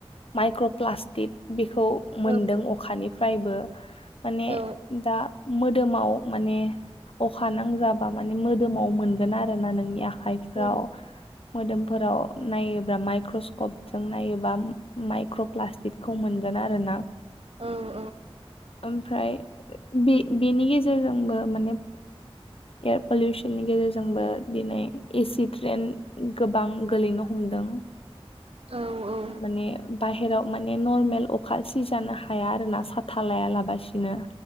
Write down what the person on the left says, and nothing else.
माइक्र'प्लासटिक बेखौ मोनदों
अखानि फ्रायबो माने
दा मोदोमाव माने अखा नांजाबा मानि मोदोमाव मोनगोन आरो ना नोंनि आखाइफ्राव
मोदोमफोराव नायोब्ला माइक्रस्कपजों नायोबा माइक्रप्लास्टि बिटखौ मोनगोन आरो ना
ओमफ्राय बे बेनि गेजेरजोंबो माने एयार पलुसननि गेजरजों जोंबो दिनै एसि ट्रेन गोबां गोलैनो हमदों
माने बाहेराव माने नरमेल अखा सि जानो हाया आरोना साथा लायालाबासिनो